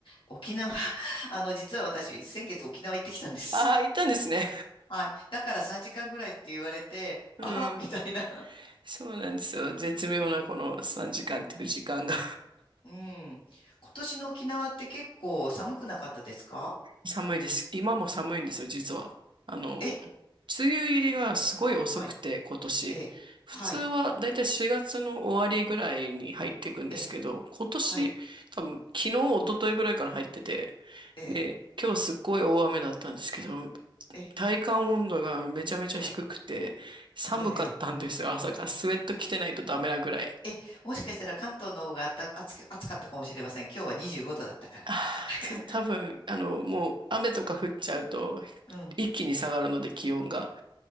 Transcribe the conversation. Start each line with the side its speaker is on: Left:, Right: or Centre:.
Left: 沖縄、<laughs> あの、実は私、先月沖縄行ってきたんです。
Right: ああ、行ったんですね。
Left: はい。だから3時間ぐらいって言われて、
Right: うん。
Left: あ、みたいな。
Right: そうなんですよ。絶妙なこの3時間っていう時間が。
Left: うん。うん。今年の沖縄って結構寒くなかったですか
Right: 寒いです。今も寒いんですよ、実は。あの、
Left: え
Right: 梅雨入りがすごい遅くて、
Left: はい。
Right: 今年。
Left: ええ。
Right: 普通はだいたい4月の終わりぐらいに入っていくんですけど、
Left: はい。ええ。
Right: 今年、
Left: はい。
Right: 多分昨日、一昨日ぐらいから入ってて、
Left: ええ。
Right: で、今日すっごい大雨だったんですけど、
Left: ええ。
Right: 体感温度がめちゃめちゃ低くて、
Left: はい。
Right: 寒かったんですよ、
Left: ええ。ええ
Right: 朝から。スウェット着てないとダメなぐらい。
Left: え、もしかしたら関東の方があった暑か、暑かったかもしれません。今日は25度だったから。
Right: あー、
Left: <laughs>
Right: ちょ多分、あの、もう雨とか降っちゃうと、
Left: うん。
Right: 一気に下がるので気温が。